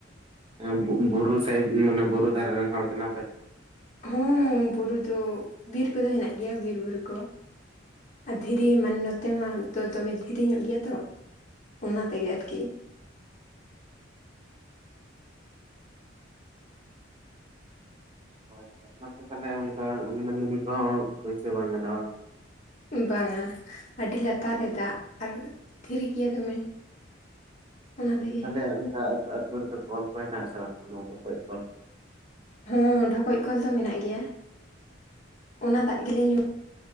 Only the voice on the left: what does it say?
ᱦᱚᱸᱻ ᱵᱩᱨᱩ ᱫᱚ ᱵᱤᱨ ᱠᱚᱫᱚ ᱦᱮᱱᱟᱜ ᱜᱮᱭᱟ ᱵᱤᱨᱵᱩᱨᱩ ᱠᱳ ᱟᱨ ᱫᱷᱤᱨᱤ ᱢᱟᱱᱮ ᱱᱚᱛᱮ ᱢᱟ ᱫᱚ ᱫᱚᱢᱮ ᱫᱷᱤᱨᱤ ᱧᱚᱜ ᱜᱮᱭᱟ ᱛᱚ ᱚᱱᱟ ᱛᱮᱜᱮ ᱟᱨᱠᱤ
ᱵᱟᱝᱟ ᱟᱹᱰᱤ ᱞᱟᱛᱟᱨ ᱨᱮ ᱫᱟᱜ ᱟᱨ ᱫᱷᱤᱨᱤ ᱜᱮᱭᱟ ᱫᱚᱢᱮ ᱚᱱᱟ
ᱛᱮᱜᱮ
ᱦᱚᱸ ᱰᱷᱚᱠᱚᱡ ᱠᱚᱞ ᱫᱚ ᱢᱮᱱᱟᱜ ᱜᱮᱭᱟ ᱚᱱᱟ ᱫᱟᱜ ᱜᱮᱞᱮ ᱧᱩᱭ